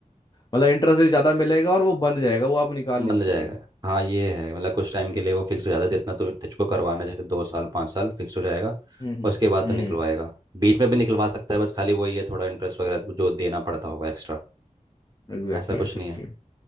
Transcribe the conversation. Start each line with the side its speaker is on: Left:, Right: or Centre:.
Left: मतलब इंटरेस्ट ज्यादा मिलेगा और वो बंद जाएगा वो आप निकाल
Right: बंद
Left: नहीं सकते
Right: हो जाएगा
Left: हैं
Right: हाँ ये है मतलब कुछ टाइम के लिए वो फिक्स हो जाता है जितना तु तुझको करवाना है, जैसे दो साल पाँच साल फिक्स हो जाएगा और
Left: हम्म
Right: उसके बाद
Left: हम्म
Right: तो निकलवाएगा बीच में भी निकलवा सकता है बस खाली वही है थोड़ा इंटरेस्ट वगैरह तो जो देना पड़ता होगा एक्स्ट्रा
Left: एग्जैक्टली
Right: ऐसा कुछ
Left: एग्जैक्टली
Right: नहीं है